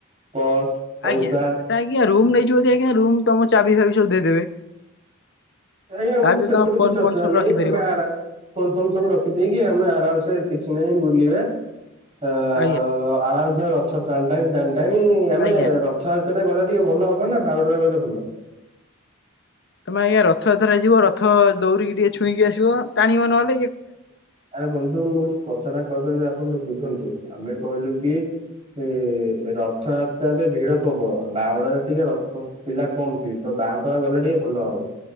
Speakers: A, on the right; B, on the left.
A: ପର୍ସ ପଇସା
B: ଆଜ୍ଞା, ସେଟା ଆଜ୍ଞା ରୁମ ନେଇଯିବ ଆଜ୍ଞା ରୁ ତମ ଚାବି ଫାବି ସବୁ ଦେଇଦେବେ।
A: ଆଜ୍ଞା, ଆମ
B: ତା ଭିତରେ
A: ସେପଟ
B: ତମ ଫୋନ
A: କିଛି
B: ଫୋନ
A: ଅସୁିଧା
B: ସବୁ
A: ନାହିଁ
B: ରଖିପାରିବ
A: ଆମେ ଆର ଫୋନ ଫୋନ ସବୁ ରଖିଦେଇକି ଆମେ ଆରାମସ କିଛି ନାହିଁ ବୁଲିବା। ଆ,
B: ଆଜ୍ଞା
A: ଆରାମସେ ରଥ ଟାଣି ଟାଣି ଟାଣିଟାଣି ଆମେ
B: ଆଜ୍ଞା
A: ର ସେତଟା ଗଲେ ଟିକେ ଭଲ ହବ ନା, ବାହୁଡ଼ାରେ ଗଲେ ଭଲ।
B: ତମେ ଆଜ୍ଞା ରଥ ଯାତ୍ରାରେ ଯିବ ରଥ ଦଉଡିକି ଟିକେ ଛୁଇଁକି ଆସିବ, ଟାଣିବ ନହଲେ
A: ଆରେ ବନ୍ଧୁ, ମୁଁ ଯୋଉ କଥାଟା କହପାର ଆପଣ ବୁଝନ୍ତୁ, ଆମେ କହିଲୁ କି? ଏ ରଥଯାତ୍ରାରେ ଭିଡ ପ୍ରବଳ, ବାରଡାରେ ଟିକେ ରଥନ ପିଲା କମଥିବ ତ ବାହୁଡ଼ା ରେ ଗଲେ ଟିକେ ଭଲ ହବ